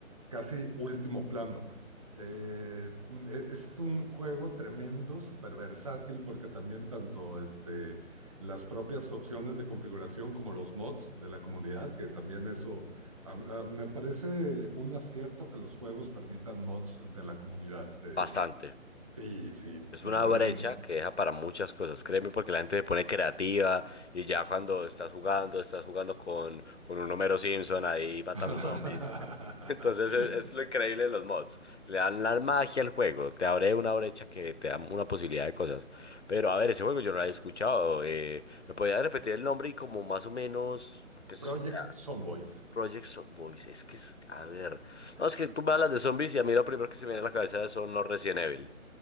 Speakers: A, on the right; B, on the left.
A: casi último plano. Eh, e-, es un juego tremendo, súper versátil, porque también tanto este, las propias opciones de configuración como los mods de la comunidad, que también eso a- a- me parece un acierto que los juegos permitan mods de la comunidad. Eh,
B: Bastante.
A: sí, sí,
B: Es una
A: tremendo.
B: brecha que deja para muchas cosas, créeme, porque la gente se pone creativa y ya cuando estás jugando, estás jugando con, con un Homero Simpson ahí matando
A: <laughs>
B: zombies. <laughs> Entonces es, es lo increíble de los mods. Le dan la magia al juego, te abre una brecha que te da una posibilidad de cosas. Pero a ver, ese juego yo no lo había escuchado. eh, ¿me podía repetir el nombre y como más o menos, pues,
A: Project
B: o sea,
A: Zomboid.
B: Project Zomboid? Es que es, a ver. No, es que tú me hablas de zombies y a mí lo primero que se me viene a la cabeza son los Resident Evil.